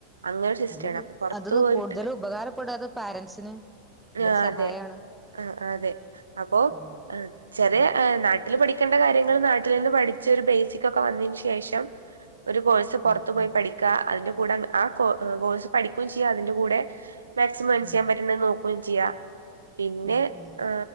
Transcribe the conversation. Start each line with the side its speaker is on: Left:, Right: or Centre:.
Right: അങ്ങനെ ഒരു സിസ്റ്റമാണ്
Centre: അത്
Right: അപ്പൊ പുറത്തു
Centre: അതൊന്നും
Right: പോയിട്ട്
Centre: കൂടുതല് ഉപകാരപ്പെടുഅത് പാരന്റ്സിന് നല്ലൊരു
Right: ആ
Centre: സഹായാണ്.
Right: അതെ ആഹ് അതെ അപ്പോ
Centre: ഉം
Right: ചെറിയ
Centre: ഉം
Right: നാട്ടിൽ പഠിക്ക കണ്ട കാര്യങ്ങൾ നാട്ടിൽ നിന്ന് പഠിച്ച ഒരു ബേസിക് ഒക്കെ വന്നതിനന് ശേഷം ഒരു കോഴ്സ് പുറത്തു
Centre: ഉം
Right: പോയി
Centre: ഉം
Right: പഠിക്ക. അതിന്റെ കൂടെ ആ കോഴ്സ് പഠിക്കുയും ചെയ്യാം. അതിന്റെ കൂടെ മാക്സിമംഏൺ
Centre: ഉം
Right: ചെയ്യാൻപറ്റണ നോ ക്കു ചെയ്യ പിന്നെ
Centre: ഉം ഉം
Right: ആ